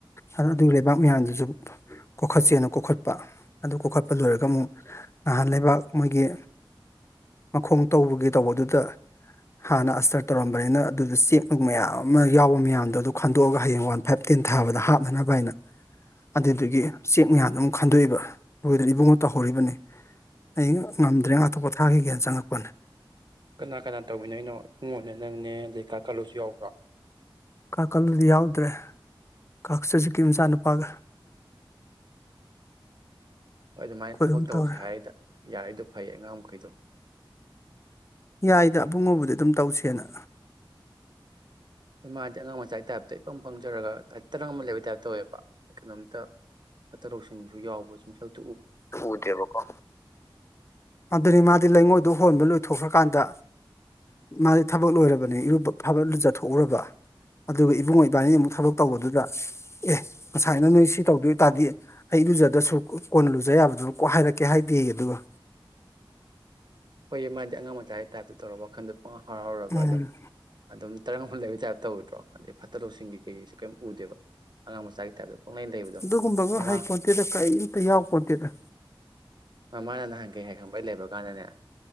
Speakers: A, on the left; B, on the right.
A: ꯑꯗꯨꯒꯤ ꯂꯩꯕꯥꯛ ꯃꯌꯥꯝꯗꯨꯁꯨ ꯀꯣꯈꯠꯁꯦꯅ ꯀꯣꯈꯠꯄ꯫ ꯑꯗꯨ ꯀꯣꯛꯈꯠꯄ ꯂꯣꯏꯔꯒ ꯑꯃꯨꯛ ꯅꯍꯥꯟ ꯂꯩꯕꯥꯛ ꯃꯣꯏꯒꯤ ꯃꯈꯣꯡ ꯇꯧꯕꯒꯤ ꯇꯧꯕꯗꯨꯗ ꯍꯥꯟꯅ ꯑꯁꯇꯔ ꯇꯧꯔꯝꯕꯅꯤꯅ ꯑꯗꯨꯗ ꯆꯦꯛꯅꯨꯛ ꯃꯌꯥꯝ ꯑꯃ ꯌꯥꯎꯕ ꯃꯌꯥꯝꯗꯣ ꯑꯗꯨ ꯈꯟꯗꯣꯛꯑꯒ ꯍꯌꯦꯡ ꯋꯥꯟ ꯐꯥꯏꯚ ꯇꯦꯟ ꯊꯥꯕꯗ ꯍꯥꯞꯅꯅꯕ ꯍꯥꯏꯅ ꯑꯗꯨꯗꯨꯒꯤ ꯆꯦꯛ ꯃꯌꯥꯝꯗꯣ ꯑꯃꯨꯛ ꯈꯟꯗꯣꯛꯏꯕ꯫ ꯂꯣꯏꯗ꯭ꯔꯤ ꯏꯕꯨꯡꯉꯣ ꯇꯧꯍꯧꯔꯤꯕꯅꯤ ꯑꯩ ꯉꯝꯗ꯭ꯔꯦ ꯉꯍꯥꯛꯇ ꯄꯣꯊꯥꯈꯤꯒꯦꯅ ꯆꯪꯉꯛꯄꯅꯦ꯫
B: ꯀꯅꯥ ꯀꯅꯥ ꯇꯧꯃꯤꯟꯅꯩꯅꯣ ꯏꯉꯣꯅꯦ ꯅꯪꯅꯦ ꯑꯗꯩ ꯀꯥ ꯀꯥꯂꯨꯁꯨ ꯌꯥꯎꯕ꯭ꯔꯣ꯫
A: ꯀꯥꯀꯟꯗꯨꯗꯤ ꯌꯥꯎꯗ꯭ꯔꯦ ꯀꯛꯁꯨꯖꯤꯛꯀꯤ ꯃꯆꯥꯅꯨꯄꯥꯒ꯫
B: ꯍꯣꯏ ꯑꯗꯨꯃꯥꯏꯅ
A: ꯑꯩꯈꯣꯏ
B: ꯊꯕꯛ
A: ꯑꯗꯨꯝ ꯇꯧꯔꯦ
B: ꯇꯧꯁꯦ ꯍꯥꯏꯔꯤꯗ꯫ ꯌꯥꯔꯛꯗꯣ ꯐꯩꯌꯦ ꯑꯉꯥꯡ ꯃꯈꯩꯗꯣ꯫
A: ꯌꯥꯏꯗ ꯑꯕꯨꯡꯉꯣꯕꯨꯗ ꯑꯗꯨꯝ ꯇꯧꯁꯦꯅ꯫
B: ꯍꯣꯏ ꯃꯥꯗꯤ ꯑꯉꯥꯡ ꯃꯆꯥꯒꯤ ꯇꯥꯏꯞꯇ ꯏ ꯄꯪ ꯄꯪꯖꯔꯒ ꯍꯥꯏ ꯇꯔꯪ ꯑꯃ ꯂꯩꯕ ꯇꯥꯏꯞꯇ ꯇꯧꯋꯦꯕ ꯀꯩꯅꯣꯝꯇ ꯇꯔꯨꯛꯁꯤꯡꯁꯨ ꯌꯥꯎꯕ <unintelligible>
A: ꯎꯗꯦꯕꯀꯣ ꯑꯗꯅꯤ ꯃꯥꯗꯤ ꯂꯩꯉꯣꯏ꯫ ꯗꯨ ꯍꯣꯟꯕ ꯂꯣꯏꯊꯣꯛꯈ꯭ꯔꯀꯥꯟꯗ ꯃꯥꯗꯤ ꯊꯕꯛ ꯂꯣꯏꯔꯕꯅꯤ ꯐꯕ ꯂꯨꯖꯊꯣꯛꯎꯔꯕ ꯑꯗꯨꯒ ꯏꯕꯨꯉꯣ ꯏꯕꯥꯅꯤ ꯑꯃꯨꯛ ꯊꯕꯛ ꯇꯧꯕꯗꯨꯗ ꯑꯦ ꯉꯁꯥꯏꯅ ꯅꯣꯏ ꯁꯤ ꯇꯧꯗꯣꯏ ꯇꯥꯔꯗꯤ ꯑꯩ ꯏꯂꯨꯖꯗꯁꯨ꯫ ꯀꯣꯟꯅ ꯂꯨꯖ ꯌꯥꯕꯗꯨꯅ ꯀꯣꯛ ꯍꯥꯏꯔꯛꯀꯦ ꯍꯥꯏꯗꯦꯌꯦ ꯑꯗꯨꯒ꯫
B: ꯍꯣꯏꯌꯦ ꯃꯥꯗꯤ ꯑꯉꯥꯡ ꯃꯆꯥꯒꯤ ꯇꯥꯏꯞꯇ ꯇꯧꯔ ꯋꯥꯈꯟꯗ꯫ ꯄꯪ ꯍꯔꯥꯎꯔꯒ
A: ꯎꯝ
B: ꯑꯗꯨꯝ ꯑꯗꯨꯝ ꯇꯔꯪ ꯑꯃ ꯂꯩꯕꯩ ꯇꯥꯏꯞ ꯇꯧꯗ꯭ꯔꯣ꯫ ꯑꯗꯩ ꯐꯠꯇ ꯂꯧꯁꯤꯡꯒꯤ ꯀꯩꯒꯤꯁꯨ ꯀꯩꯝ ꯎꯗꯦꯕ ꯑꯉꯥꯡ ꯃꯆꯥꯒꯤ ꯇꯥꯏꯞꯇ꯫ ꯄꯪꯂꯩ ꯂꯩꯕꯗꯣ
A: ꯑꯗꯨꯒꯨꯝꯕꯒ
B: ꯃꯃꯥ
A: ꯍꯩꯄꯣꯟꯇꯦꯗ ꯀꯩꯝꯇ ꯌꯥꯎꯄꯣꯟꯇꯦꯗ꯫
B: ꯃꯃꯥꯅ ꯅꯍꯥꯟ ꯀꯩ ꯍꯥꯏ ꯈꯪꯕꯩ ꯂꯩꯕ ꯀꯥꯟꯗꯅꯦ